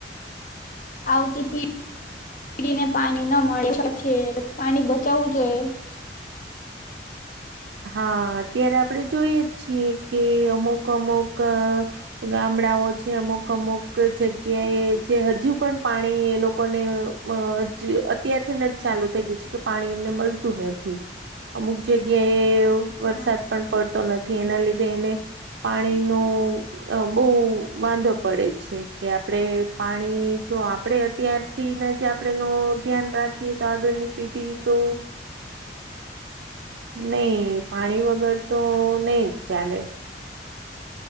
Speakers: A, on the left; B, on the right.
A: આવતી પીડીને પાણી ન મળે પછી પાણી બચાવવું જોઈએ.
B: હા અત્યારે આપણે જોઈએ છીએ કે અમુક અમુક ગામડાઓ છે અમુક અમુક જગ્યાએ જે હજુ પણ પાણી એ લોકોને અ અત્યારથીને જ ચાલુ થઈ ગયું છે કે પાણી એમને મળતું નથી અમુક જગ્યા કે વરસાદ
A: હા
B: પણ પડતો નથી એના લીધે એને પાણી નું અ બો વાંધો પડે છે કે આપડે પાણી જો આપડે અત્યારથી જ આપણે નો ધ્યાન રાખીએ તો આગળની પેઢી તો નહી પાણી વગર તો નહી જ ચાલે.